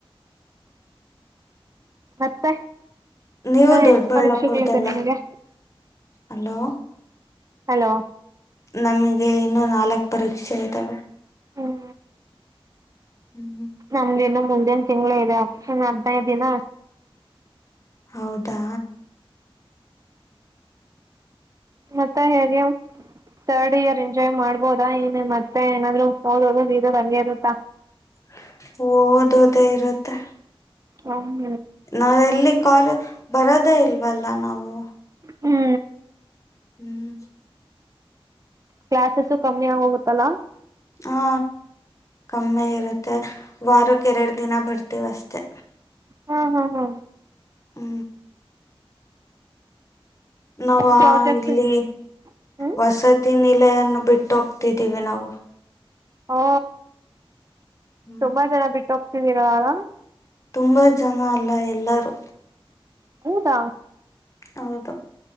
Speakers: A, on the right; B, on the left.
A: ಮತ್ತೆ
B: ನೀವು
A: ಇನ್ನೂ
B: ದೊಡ್ಡಬಳ್ಳಾಪುರದಲ್ಲ
A: ಎಷ್ಟು ಪರೀಕ್ಷೆಗಳಿದೆ ನಿಮಗೆ?
B: ಅಲೋ
A: ಹಲೋ
B: ನಮ್ಗೆ ಇನ್ನೂ ನಾಲ್ಕ್ ಪರೀಕ್ಷೆ ಇದ್ದಾವೆ.
A: ಹ್ಮ್
B: ಹ್ಞ ಹ್ಮ್
A: ನಮ್ದ ಇನ್ನು ಮುಂದಿನ್ ತಿಂಗಳು ಇದೆ ಆಪ್ಷನ್ ಹದಿನೈದು ದಿನ
B: ಹೌದಾ?
A: ಮತ್ತ <unintelligible> ಥರ್ಡ್ ಇಯರ್ ಎಂಜಾಯ್ ಮಾಡ್ಬೋದಾ ಎನ್ ಮತ್ತೆ ಏನಾದ್ರು ಓದೋದು ಗೀದೋದು ಹಂಗೆ ಇರುತ್ತಾ.
B: <inaudible> ಓದೋದೇ ಇರುತ್ತೆ
A: ಹ್ಮ್
B: ನಾವ್ ಎಲ್ಲಿ ಕಾಲೇ ಬರೋದೇ ಇಲ್ವಲ್ಲ ನಾವು.
A: ಹ್ಮ್
B: ಹ್ಮ್
A: ಕ್ಲಾಸಸು ಕಮ್ಮಿ ಆಗೋಗುತ್ತಲ್ಲಾ.
B: ಹಾ ಕಮ್ಮಿ ಇರುತ್ತೆ ವಾರಕ್ಕೆ ಎರಡ್ ದಿನ ಬರ್ತೀವ್ ಅಷ್ಟೇ.
A: ಹಾಂ ಹಾಂ ಹಾಂ
B: ಹ್ಞ ನಾವ್
A: ಪ್ರಾಜೆಕ್ಟ್ಸ್
B: ಇಲ್ಲಿ
A: ಹ್ಮ
B: ವಸತಿ ನಿಲಯನ್ನು ಬಿಟ್ಟೊಗ್ತಿದ್ದೀವಿ ನಾವು.
A: ಆ
B: ಹ್ಮ್
A: ತುಂಬ ಜನ ಬಿಟ್ಟ ಹೋಗ್ತಿದರ ಅಲ.
B: ತುಂಬ ಜನ ಅಲ್ಲ ಎಲ್ಲರು.
A: ಹೌದಾ?
B: ಹೌದು.